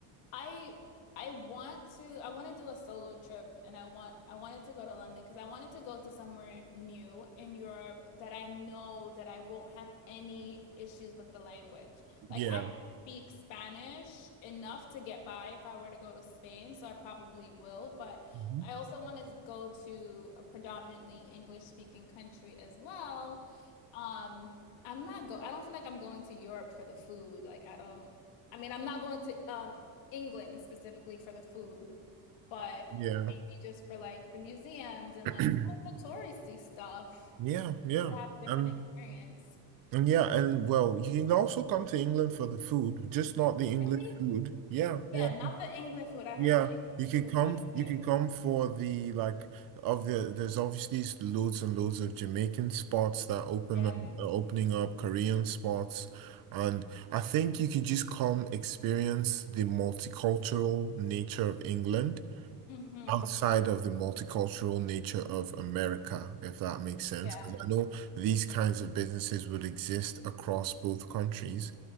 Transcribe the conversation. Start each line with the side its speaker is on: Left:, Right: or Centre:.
Left: I I want to I want to do a solo trip and I want I wanted to go to London because I wanted to go to somewhere new in Europe that I know that I won't have any issues with the language.
Right: Yeah.
Left: Like I can speak Spanish enough to get by if I were to go to Spain, so I probably will, but
Right: Mhm.
Left: I also want to go to a predominantly English speaking country as well. Um I'm not go I don't feel like I'm going to Europe for the food. Like I don't I mean, I'm not going to um England specifically for the food, but
Right: Yeah.
Left: just for like the museums and
Right: <clears throat>
Left: like some of the touristy stuff
Right: Yeah, yeah.
Left: to have a different
Right: and
Left: experience.
Right: and yeah, and well, you can also come to England for the food, just not the English
Left: Really?
Right: food. Yeah,
Left: Yeah,
Right: yeah.
Left: not the England food. I
Right: Yeah,
Left: heard the England
Right: you can
Left: food is
Right: come.
Left: not
Right: You
Left: good.
Right: can come for the like of the. There's obviously loads and loads of Jamaican spots that open
Left: Yeah.
Right: up, are opening up Korean spots, and I think you could just come experience the multicultural nature of England
Left: Mm-hmm.
Right: outside of the multicultural nature of America, if that makes sense.
Left: Yeah.
Right: Because I know these kinds of businesses would exist across both countries.